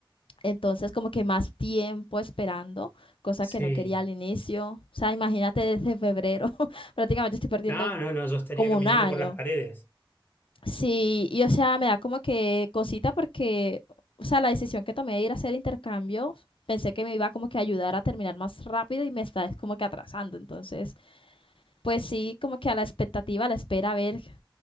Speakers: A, on the left; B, on the left.
A: Entonces como que más tiempo esperando, cosa
B: sí.
A: que no quería al inicio. O sea, imagínate desde febrero, <laughs> prácticamente estoy perdiendo
B: No, no, no, yo estaría
A: como
B: caminando
A: un año.
B: por las paredes.
A: Sí, y o sea, me da como que cosita porque, o sea, la decisión que tomé de ir a hacer intercambios, pensé que me iba como que a ayudar a terminar más rápido y me está es como que atrasando. Entonces... Pues sí, como que a la expectativa, a la espera, a ver